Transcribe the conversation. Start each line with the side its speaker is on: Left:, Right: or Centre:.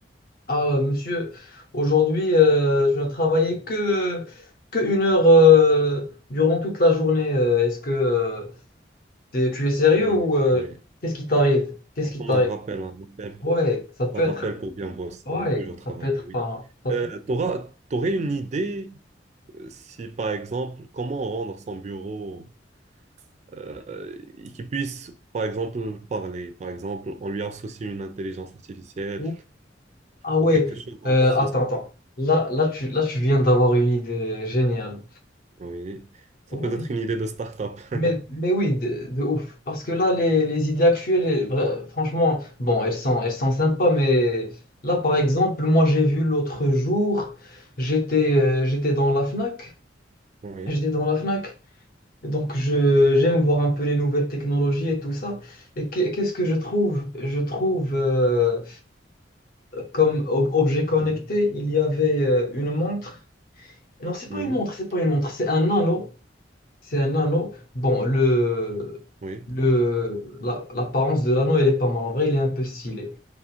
Left: Ah, euh, monsieur, aujourd'hui, euh, je ne travaillais que, que une heure euh, durant toute la journée. Euh, Est-ce que euh, t'es- tu es sérieux
Right: oui,
Left: ou euh,
Right: oui.
Left: qu'est-ce qui t'arrive? Qu'est-ce
Right: C'est
Left: qui
Right: Comme
Left: t'arrive?
Right: un rappel, un rappel,
Left: Ouais, ça peut
Right: un rappel
Left: être.
Right: pour bien bosser
Left: Ouais,
Right: et toujours travailler,
Left: ça peut être
Right: oui.
Left: pas. ça
Right: Euh,
Left: peut-
Right: t'auras- t'aurais une idée euh, si, par exemple, comment rendre son bureau euh, et qui puisse, par exemple, parler. Par exemple, on lui associe une intelligence artificielle
Left: Ouh, Ah ouais,
Right: ou quelque chose dans
Left: euh,
Right: ce
Left: attends,
Right: sens.
Left: attends. Là, là, tu, là, tu viens d'avoir une idée géniale.
Right: Oui, ça
Left: Ouais.
Right: peut être une idée de start-up. <laughs>
Left: Mais, mais oui, de, de ouf. Parce que là, les, les idées actuelles, eh, vra- franchement, bon, elles sont, elles sont sympas, mais là, par exemple, moi, j'ai vu l'autre jour, j'étais euh, j'étais dans la Fnac.
Right: Oui,
Left: J'étais dans la Fnac. Et Donc, je, j'aime voir un peu les nouvelles technologies et tout ça. Et qu'est- qu'est-ce que je trouve? Je trouve, euh, comme ob- objet connecté,
Right: Mhm.
Left: il y avait euh, une montre. Non, c'est pas
Right: Mhm.
Left: une montre, c'est pas une montre, c'est un anneau. C'est un anneau. Bon, le,
Right: Oui,
Left: le, la- l'apparence de l'anneau, elle est pas mal. En vrai, il est un peu stylé.